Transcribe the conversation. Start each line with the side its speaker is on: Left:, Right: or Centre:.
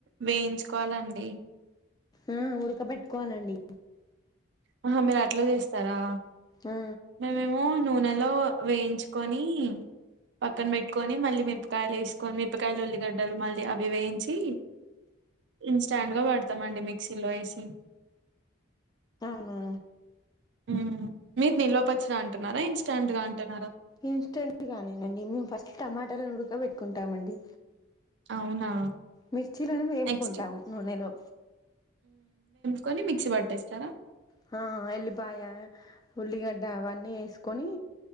Right: వేయించుకోవాలండి
Left: ఆ ఉడకబెట్టుకోవాలండి
Right: అహ మీరు అట్ల చేస్తరా
Left: ఆ,
Right: మేమేమో నూనెలో వేయించుకొని పక్కన పెట్టుకొని మళ్ళీ మిరపకాయలు ఎసుకొని మిరపకాయలు ఉల్లిగడ్డలు మళ్ళీ అవి వేయించి ఇన్స్టండ్ గా వాడతామండి మిక్సీలో ఏసి
Left: అవునా
Right: ఉమ్ మీరు నిల్వపచ్చడ అంటున్నారా ఇన్స్టాంట్ గా అంటున్నారా
Left: ఇన్స్టెంట్ గానే నండి మేము ఫస్ట్ టమాటాలను ఉడక పెట్టుకుంటామండి
Right: అవునా
Left: మిర్చీలను ఏంపుకుంటాం
Right: నెక్స్ట్
Left: నూనెలో
Right: కొని మిక్సీ పట్టేస్తారా
Left: హ ఎల్లిపాయ ఉల్లిగడ్డ అవన్నీ ఎసుకొని